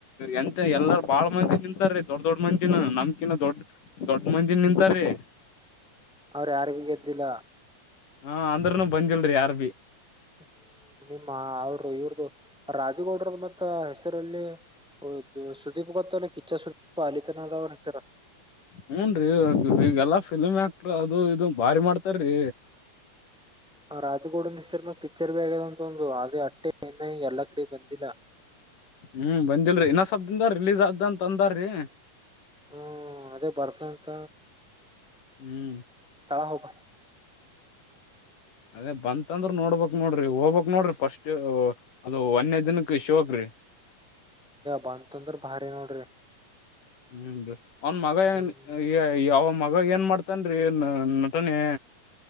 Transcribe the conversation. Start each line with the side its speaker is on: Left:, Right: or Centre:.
Left: ಎಂತ ಎಲ್ಲಾರ ಬಾಳ್ ಮಂದಿ ನಿಂತಾರೀ ದೊಡ್ ದೊಡ್ಡ ಮಂದಿನ ನಮ್ಕಿನ ದೊಡ್ಡ ದೊಡ್ಡ ಮಂದಿನ ನಿಂತಾರ ರೀ
Centre: ಅವ್ರ ಯಾರಿಗೆಗದ್ದಿಲ್ಲ
Left: ಹಾ ಅಂದ್ರನು ಬಂದಿಲ್ರಿ ಯಾರ್ ಭಿ
Centre: ಹ್ಮ್ ನಿಮ್ಮ ಅವರು ಇವ್ರ್ದ ರಾಜು ಗೌಡ್ರ ಮತ್ತ ಹೆಸರಲ್ಲಿ ಹೌದದು ಸುದೀಪ್ ಗೊತ್ತ ಅಲ್ಲ ಕಿಚ್ಚ ಸುದೀಪ್ ಅಲಿತನದ ಅವ್ ಹೆಸರ
Left: ಹೂನ್ರರಿ ಈಗೆಲ್ಲಾ ಫಿಲ್ಮ್ ಆಕ್ಟ್ರ ಅದು ಇದು ಬಾರಿ ಮಾಡ್ತಾರೀ
Centre: ಆ ರಾಜಗೋಡನ್ ಹೆಸರ್ನಾಗ ಪಿಕ್ಚರ್ ಬ ಆಗದ ಅಂತ ಒಂದು ಅದೇ ಅಟ್ಟೆ ಏನ ಈ ಎಲ್ಲಾ ಕಡೆ ಬಂದಿಲ್ಲ
Left: ಹ್ಮ್ ಬಂದಿಲ್ರಿ ಇನ್ನಸಬ್ದಿಂದ ರಿಲೀಸ್ ಆದ್ದ ಅಂತ ಅಂದಾರ್ರಿ
Centre: ಹ್ಮ್ ಅದೇ ಬರ್ಸಂತ
Left: ಹ್ಮ್
Centre: ತಳಹೋಗ
Left: ಅದೇ ಬಂತಂದ್ರ ನೋಡ್ಬಕ್ ನೋಡ್ರಿ ಹೋಗ್ಕ್ ನೋಡ್ರಿ ಫಸ್ಟ್ ಅದು ಒನ್ನೆ ದಿನಕ್ ಶಿವಗ್ರಿ
Centre: ಬಂತಂದ್ರ ಭಾರಿ ನೋಡ್ರಿ
Left: ಹ್ಮ್ ಅವನ್ ಮಗ
Centre: ಹ್ಮ್
Left: ಏನ್ ಯಾವ ಮಗ ಏನ್ ಮಾಡ್ತನ್ರೀ ನಟನೆ